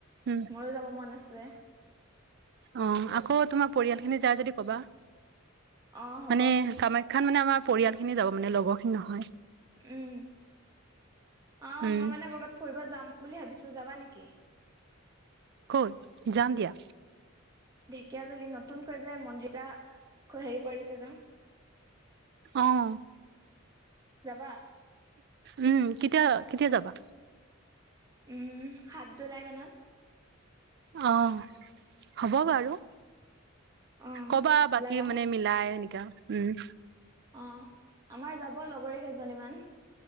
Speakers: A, on the right; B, on the right.
A: উম
B: মোৰো যাব মন আছে।
A: অহ আকৌ তোমাৰ পৰিয়াল খিনি যায় যদি ক'বা
B: অ হ'ব
A: মানে কামা। খ্যা মানে আমাৰ পৰিয়াল খিনি যাব মানে লগৰ খিনি নহয়।
B: উম অহ
A: উম
B: মই মানে কৰবাত ফুৰিব যাম। বুলি ভাবিছোঁ যাবা নেকি।
A: ক'ত যাম দিয়া।
B: কিয় জলী নতুনকৈ যে মন্দিৰ এটা খো হেৰি কৰিছে যে।
A: অহ।
B: যাবা।
A: উম কেতিয়া কেতিয়া যাবা।
B: উম সাত জুলাই মানত।
A: অহ হ'ব বাৰু।
B: অ
A: কবা বাকী
B: ওলাবা
A: মানে মিলাই এনেকা উম।
B: অহ আমাৰ যাব লগৰী কেইজনীমান।